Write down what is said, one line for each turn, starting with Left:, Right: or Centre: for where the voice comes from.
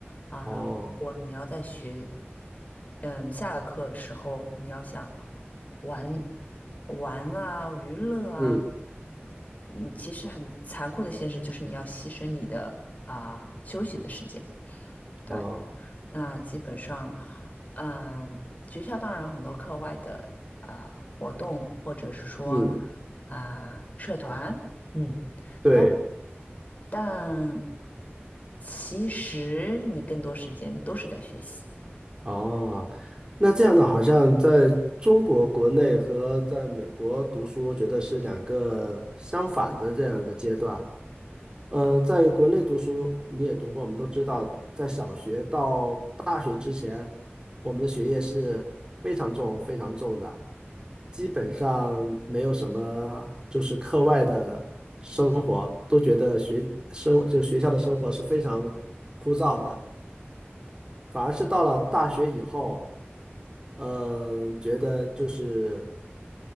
Left: 啊。
Right: 哦。
Left: 如果你要在学，嗯，下了课的时候，你要想玩玩啊、娱乐啊，
Right: 嗯。
Left: 嗯，其实很残酷的现实就是你要牺牲你的啊休息的时间。对。
Right: 哦，
Left: 那基本上，嗯、学校当然有很多课外的啊、呃活动，或者是说
Right: 嗯，
Left: 啊、社团，嗯，
Right: 对，
Left: 但但其实你更多时间都是在学习。
Right: 哦，那这样的好像在中国国内和在美国读书，我觉得是两个相反的这样一个阶段。嗯，在国内读书，你也读过，我们都知道，在小学到大学之前，我们的学业是非常重、非常重的，基本上没有什么就是课外的生活，都觉得学生就学校的生活是非常枯燥的。反而是到了大学以后，呃，觉得就是